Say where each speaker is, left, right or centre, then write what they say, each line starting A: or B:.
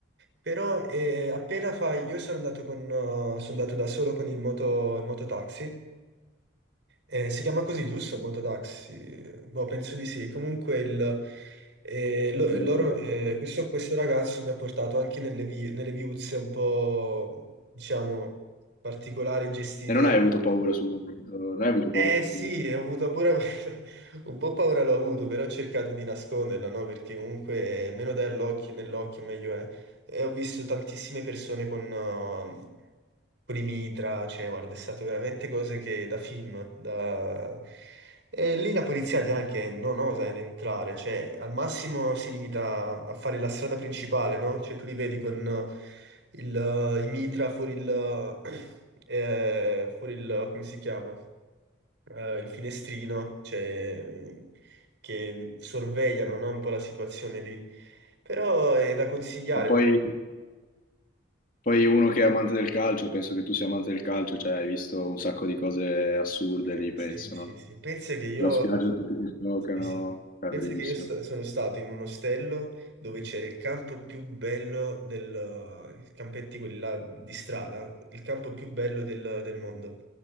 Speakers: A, on the right; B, on the left.
A: però eh, appena fai, io sono andato, con, eh, sono andato da solo con il moto, il mototaxi, Eh, si chiama così giusto il mototaxi? Boh, penso di sì. Comunque il, eh, lo-
B: Non
A: loro,
B: ho idea.
A: eh, questo, questo ragazzo mi ha portato anche nelle, vi- nelle viuzze un po', diciamo, particolari, gestite
B: E non hai avuto paura sul momento, non hai avuto
A: eh
B: paura
A: sì,
B: sul momento.
A: ho avuto pure <laughs> un po' paura l'ho avuto, però ho cercato di nasconderla, no? Perché comunque eh, meno dai all'occhio, nell'occhio meglio è. E ho visto tantissime persone con, uh, con i mitra, cioè guarda, è stato veramente cose che da film, da... E lì la polizia neanche non osa ad entrare, cioè al massimo si limita a fare la strada principale, no? Cioè tu li vedi con uh, il, uh, i mitra fuori il... <clears throat> uh, eh, fuori il... come si chiama? eh, il finestrino, cioè, che sorvegliano, no, un po' la situazione lì. Però è da consigliare
B: Ma poi...
A: perché,
B: Poi uno che è amante del calcio, penso che tu sia amante del calcio, cioè hai visto un sacco di cose assurde
A: eh,
B: lì,
A: sì,
B: penso,
A: sì,
B: no?
A: sì. Pensa che io,
B: La spiaggia tutti che giocano,
A: sì, sì.
B: è
A: Pensa
B: bellissimo.
A: che io sta- sono stato in un ostello dove c'era il campo più bello del, i campetti quelli là di strada, il campo più bello del, del mondo.